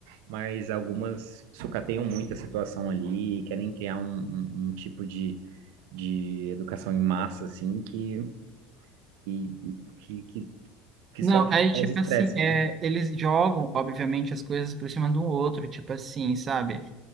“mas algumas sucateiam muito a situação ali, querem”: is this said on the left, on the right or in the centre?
Right